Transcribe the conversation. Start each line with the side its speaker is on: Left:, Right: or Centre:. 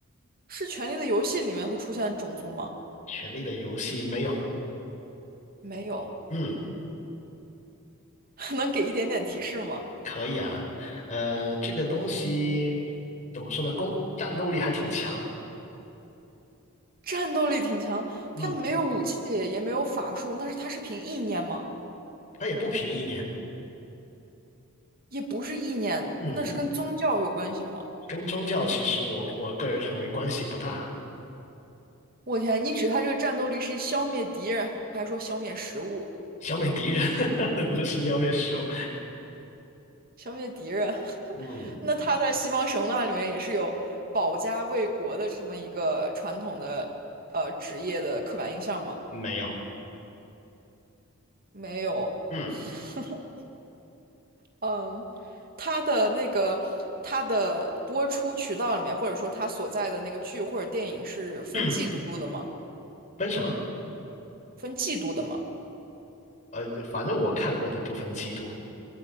Right: 是《权力的游戏》里面会出现种族吗？
Left: 《权力的游戏》没有。
Right: 没有，
Left: 嗯，
Right: <laughs> 能给一点点提示吗？
Left: 可以啊。呃，这个东西怎么说呢？攻战斗力还挺强的。
Right: 战斗力挺强，
Left: 嗯，
Right: 他没有武器，也没有法术，那是他是凭意念吗？
Left: 它也不凭意念。
Right: 也不是意念，
Left: 嗯，
Right: 那是跟宗教有关系吗？
Left: 跟宗教其实我我个人认为关系不大。
Right: 我天，你指他这个战斗力是消灭敌人，还说消灭食物、
Left: 消灭敌人 <laughs> 不是消灭食物。
Right: 消灭敌人？
Left: 嗯，
Right: <laughs> 那他在西方神话里面也是有保家卫国的这么一个传统的呃职业的刻板印象吗？
Left: 没有。
Right: 没有。
Left: 嗯，
Right: <laughs> 嗯，他的那个他的播出渠道里面，或者说他所在的那个剧或者电影是分季度的吗？
Left: <clears throat> 分什么？
Right: 分季度的吗？
Left: 呃，反正我看过的不分季度